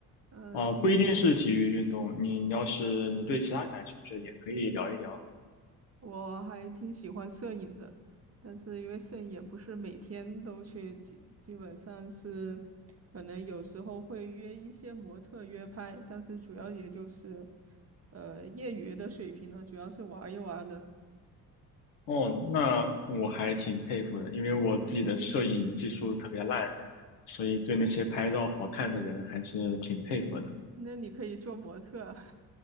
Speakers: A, on the right; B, on the left.
A: 呃，
B: 啊、
A: 体育。
B: 不一定是体育运动，你要是你对其他感兴趣的，也可以聊一聊。
A: 我还挺喜欢摄影的，但是因为摄影也不是每天都去，基基本上是可能有时候会约一些模特约拍，但是主要也就是呃业余的水平呢，主要是玩一玩的。
B: 哦，那我还挺佩服的，因为我自己的摄影技术特别烂，所以对那些拍照好看的人还是挺佩服的。
A: 那你可以做模特啊